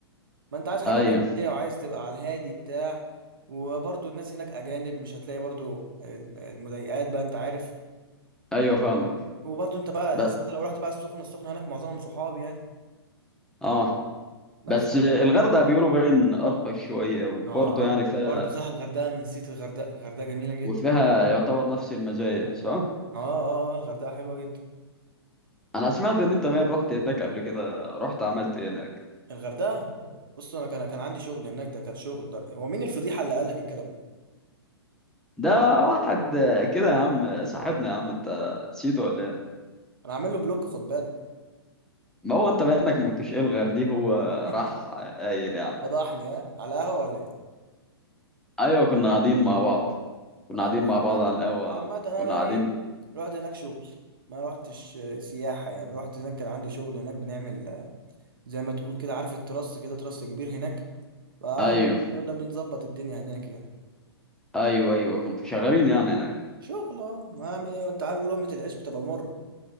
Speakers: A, on the right; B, in the centre.
A: ما انت عايز حاجة
B: ايوه
A: أسرية وعايز تبقى على الهادي بتاع وبرضه الناس هناك أجانب مش هتلاقي برضه ال- المضايقات بقى انت عارف
B: ايوه فاهمك
A: وبرضه انت بقى
B: بس
A: اصل انت لو رحت بقى السخنة السخنة هناك معظمهم صحاب يعني
B: اه
A: بس
B: بس الغردقة بيقولوا باين ارخص شوية وبرضه
A: اه
B: يعني فيها
A: برضه سهل الغردقة انا نسيت الغردقة الغردقة جميلة جدا
B: وفيها يعتبر نفس المزايا صح؟
A: اه اه آه، الغردقة حلوة جدا
B: انا سمعت ان انت باين رحت هناك قبل كده رحت عملت إيه هناك
A: الغردقه ب- بص انا كان كان عندي شغل هناك ده كان شغل ده هو مين الفضيحه اللي قال لك الكلام ده
B: ده واحد كده يا عم صاحبنا يا عم انت نسيته ولا ايه؟
A: انا عامل له بلوك خد بالك
B: ما هو انت بانك ما كنتش الغر ليه هو
A: <laughs>
B: راح قايل يعني
A: فضحني ها على قهوه ولا ايه
B: ايوه كنا قاعدين مع بعض كنا
A: تمام
B: قاعدين مع
A: عامه
B: بعض على القهوة
A: عامه انا
B: كنا قاعدين
A: ايه رحت هناك شغل ما رحتش آه، سياحه يعني رحت هناك كان عندي شغل هناك بنعمل آه، زي ما تقول كده عارف التراس كده تراس كبير هناك فده
B: ايوه
A: بنظبط الدنيا هناك يعني
B: ايوه ايوه كنتوا شغالين يعني هناك
A: شغل اه ما أعمل ايه انت عارف لقمه العيش بتبقى مره